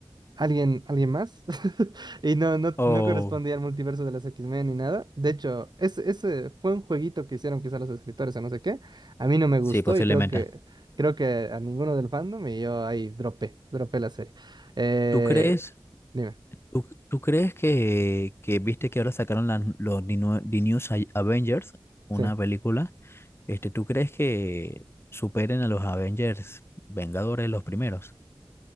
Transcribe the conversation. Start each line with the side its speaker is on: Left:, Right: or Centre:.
Right: alguien, alguien más. <laughs> Y no, no,
Left: O
Right: no correspondía al multiverso de las X-Men ni nada. De hecho, ese, ese fue un jueguito que hicieron quizá los escritores o no sé qué. A mí no me gustó
Left: sí, posiblemente.
Right: y creo que, creo que a ninguno del fandom y yo ahí dropé, dropé la serie. Eh,
Left: ¿Tú crees,
Right: dime.
Left: tú, tú crees que, que viste que ahora sacaron la- los The New, The New Sa- Avengers, una
Right: sí.
Left: película? Este, ¿tú crees que superen a los Avengers Vengadores los primeros?